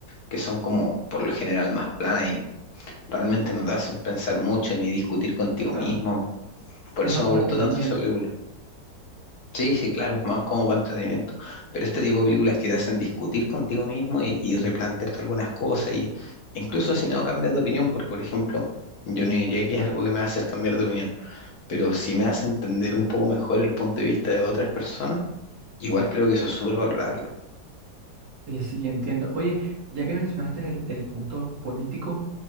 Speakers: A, on the left; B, on the right.
A: que son como por lo general más planas y realmente no te hacen pensar mucho ni discutir contigo
B: Claro.
A: mismo. Por
B: Es
A: eso
B: más
A: me
B: para
A: gustó
B: entretenimiento.
A: tanto esa película. Sí, sí, claro, es más como para entretenimiento. Pero este tipo de películas que te hacen discutir contigo mismo y, y replantearte algunas cosas, y incluso si no cambias de opinión, porque por ejemplo, yo no diría que es algo que me va a hacer cambiar de opinión pero si me hace entender un poco mejor el punto de vista de otras personas, igual creo que eso es súper valorable.
B: Sí, sí, entiendo. Oye, ya que mencionaste el, el punto político,